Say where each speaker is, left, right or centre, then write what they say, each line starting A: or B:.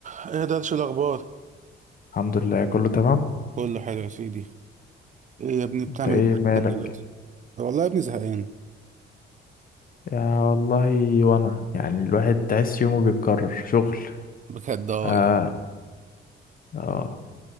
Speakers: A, on the right (about 40°); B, on the left (about 45°).
A: ايه ده شو الاخبار
B: الحمد لله كله تمام
A: كله حلو يا سيدي ايه يا ابني بتعمل
B: انت ايه
A: ايه في حياتك
B: مالك
A: دلوقتي والله يا ابني زهقان
B: يا والله وانا يعني الواحد تحس يومه بيتكرر شغل
A: بجد اه
B: اه
A: يعني
B: اه